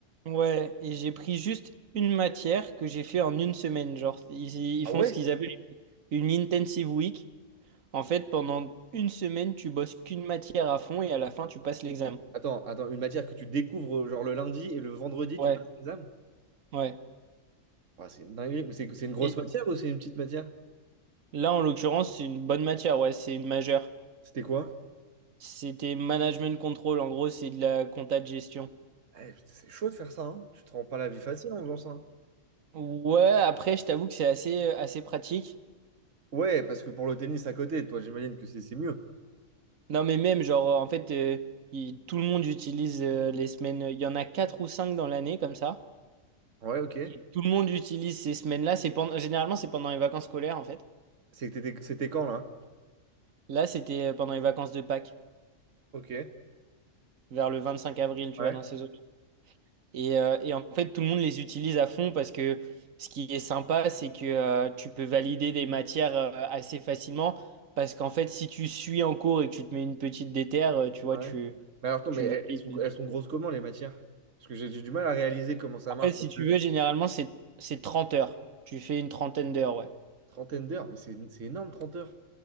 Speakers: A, on the right; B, on the right.
A: ouais, et j'ai pris juste une matière que j'ai fait en une semaine. Genre, ils, ils
B: Ah
A: font
B: ouais?
A: ce qu'ils appellent une intensive week. En fait, pendant une semaine, tu bosses qu'une matière à fond et à la fin, tu passes l'examen.
B: Attends, attends, une matière que tu découvres, euh, genre le lundi et le vendredi,
A: Ouais,
B: tu passes l'examen?
A: ouais.
B: Ah, c'est une dinguerie. Mais C'est c'est une grosse
A: Et
B: matière ou c'est une petite matière?
A: là, en l'occurrence, c'est une bonne matière. Ouais, c'est une majeure.
B: C'était quoi?
A: C'était management control. En gros, c'est de la compta de gestion.
B: Eh, putain, c'est chaud de faire ça, hein. Tu te rends pas la vie facile en faisant ça. hein.
A: Ouais, après, je t'avoue que c'est assez, euh, assez pratique.
B: Ouais, parce que pour le tennis à côté, toi, j'imagine que c'est c'est mieux.
A: Non, mais même, genre, euh, en fait, euh, il- tout le monde utilise euh, les semaines. Il y en a quatre ou cinq dans l'année, comme ça.
B: Ouais, ok.
A: Et tout le monde utilise ces semaines-là. C'est pendant, généralement, c'est pendant les vacances scolaires, en fait.
B: C'était c'était quand, là?
A: Là, c'était euh, pendant les vacances de Pâques,
B: Ok.
A: vers le 25 avril, tu
B: Ouais,
A: vois, dans ces eaux. Et, euh, et en fait, tout le monde les utilise à fond parce que ce qui est sympa, c'est que euh, tu peux valider des matières euh, assez facilement. Parce qu'en fait, si tu suis en cours et que tu te mets une petite déterre, euh, tu vois,
B: ouais.
A: tu,
B: Mais alors, attends,
A: tu
B: mais elles
A: valides.
B: elles sont, elles sont grosses comment, les matières? Parce que j'ai j'ai du mal à réaliser comment ça
A: En
B: marche.
A: fait, si
B: parce
A: tu
B: que
A: veux, généralement, c'est, c'est 30 heures. Tu fais une trentaine d'heures, ouais.
B: Trentaine d'heures, mais c'est c'est énorme, 30 heures.